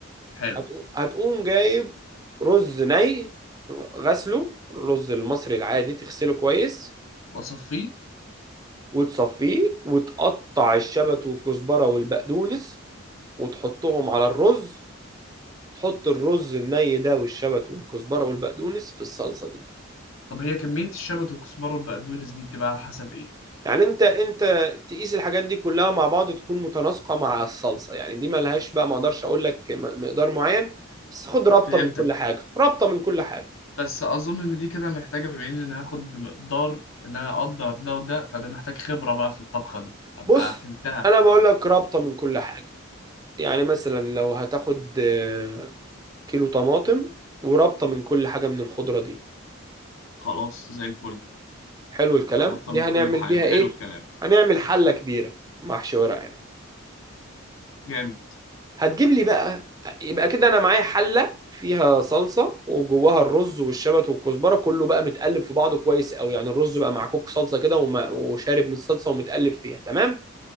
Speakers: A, on the left; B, on the right.
A: حلو
B: هتقو- هتقوم جايب رز ني غسله الرز المصري العادي تغسله كويس
A: وأصفيه
B: وتصفيه وتقطع الشبت والكزبرة والبقدونس وتحطهم على الرز تحط الرز الني ده والشبت والكزبره والبقدونس في الصلصه دي
A: طب هي كمية الشبت والكزبرة والبقدونس دي بتبقى على حسب إيه
B: يعني انت انت تقيس الحاجات دي كلها مع بعض تكون متناسقه مع الصلصه يعني دي ملهاش بقى ما اقدرش اقول لك م- مقدار معين بس خد رابطه
A: فهمتك
B: من كل حاجه رابطه من كل حاجه
A: بس أظن إن دي كده محتاجة بما إن أنا هاخد بمقدار إن أنا أقدر ده وده فده محتاج خبرة بقى في الطبخة دي أبقى
B: بص
A: فهمتها
B: انا بقول لك رابطه من كل حاجه يعني مثلا لو هتاخد آه، كيلو طماطم ورابطه من كل حاجه من الخضره دي
A: خلاص زي الفل
B: حلو الكلام
A: قربت
B: دي
A: من
B: هنعمل
A: كل حاجة
B: بيها
A: حلو
B: ايه
A: الكلام
B: هنعمل حله كبيره محشي ورق عنب
A: جامد
B: هتجيب لي بقى يبقى كده انا معايا حله فيها صلصه وجواها الرز والشبت والكزبره كله بقى متقلب في بعضه كويس قوي يعني الرز بقى مع كوك صلصه كده وما- وشارب من الصلصه ومتقلب فيها تمام